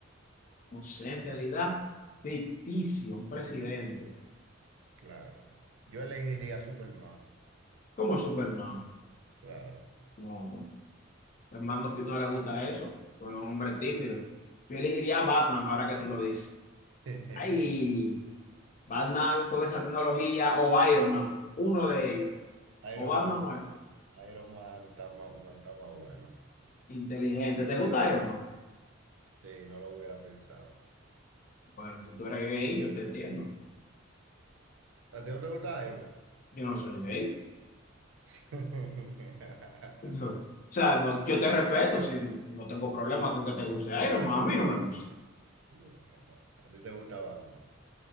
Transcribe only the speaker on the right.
claro. Yo elegiría a Superman,
claro.
<laughs>
Iron
Man, sí.
Iron Man está más, está más bueno.
Hubiera
Sí, no lo hubiera pensado.
¿A ti no te gusta Iron Man?
<laughs>
Bueno, a ti te gusta Batman.